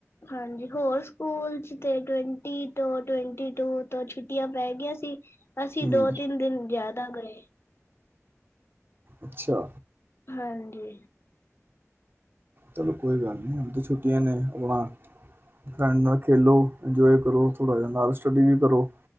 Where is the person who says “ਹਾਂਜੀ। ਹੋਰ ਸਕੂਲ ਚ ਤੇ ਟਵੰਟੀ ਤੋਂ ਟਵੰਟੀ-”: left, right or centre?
Left